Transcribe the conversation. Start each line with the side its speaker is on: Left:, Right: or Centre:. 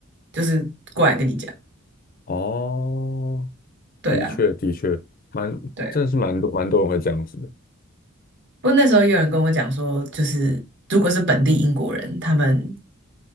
Right: 就是过来跟你讲，
Left: 哦，
Right: 对啊。
Left: 的确，的确，蛮，
Right: 对啊
Left: 真的是蛮多蛮多人会这样子的。
Right: 不过那时候也有人跟我讲说，就是如果是本地英国人，他们